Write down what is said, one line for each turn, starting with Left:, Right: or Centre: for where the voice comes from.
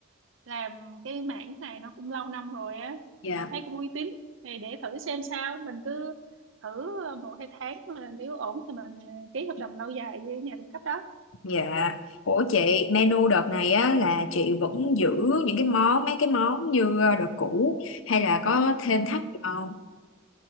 Right: làm cái mảng này nó cũng lâu năm rồi á
Left: dạ
Right: thì thấy cũng uy tín thì để thử xem sao mình cứ thử một hai tháng mà nếu ổn thì mình ký hợp đồng lâu dài với nhà cung cấp đó.
Left: Dạ, ủa chị, menu đợt này á là chị vẫn giữ những cái món, mấy cái món như ờ, đợt cũ hay là có thêm
Right: Ừ.
Left: thắt gì không?